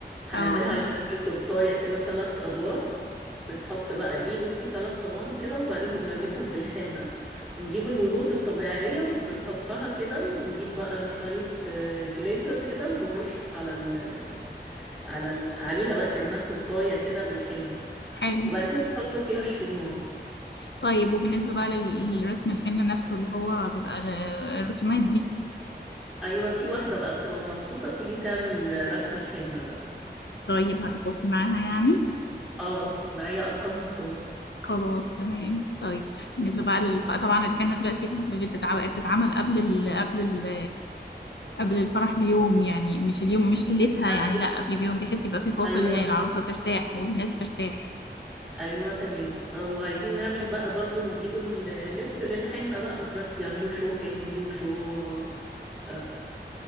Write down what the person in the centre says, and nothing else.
هنعملها
على شكل تورتاية كده ثلاث ادوار بنحط بقى ايه بصي ثلاث صواني كده وبعدين بنغلفهم بالحنة ونجيب الورود الطبيعية وبنحطها كده ونجيب بقى شوية آه، جليتر كده وبنرش على ال على ال عليها بقى كأنها تورتاية كده بالحنة
وبعد كده بنحطوا فيها الشموع
ايوه في واحدة بقى بتبقى مخصوصة بتيجي تعمل آه، رسم الحنة ده
اه معايا ارقامهم كلهم
لا
ب...
ايوه
ايوه تمام وعايزين نعمل بقى برضو نجيبوا اللبس للحنة بقى دلوقتي بيعملوا شو هندي وشو <laughs>